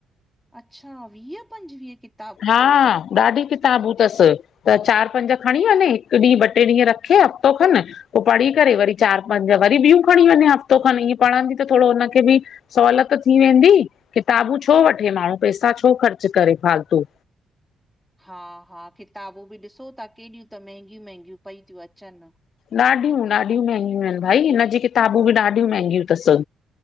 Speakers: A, in the centre; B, on the left (about 60°).
A: अच्छा, वीह-पंजवीह किता
B: हा, ॾाढी किता किताबूं अथसि त चारि-पंज खणी वञे हिकु ॾींहुं ॿ टे ॾींहं रखे हफ़्तो खनि पोइ पढ़ी करे वरी चारि-पंज वरी ॿियूं खणी वञे हफ़्तो खनि ईअं पढ़ंदी त थोड़ो हुनखे बि सोलत थी वेंदी किताबूं छो वठे माण्हू पैसा छो ख़र्चु करे फालतू।
A: हा-हा किताबूं बि ॾिसो था केॾियूं त महगियूं -महगियूं पई थियूं अचनि।
B: ॾाढियूं-ॾाढियूं महगियूं आहिनि भाई हिनजी किताबूं बि ॾाढियूं महंगियूं अथसि।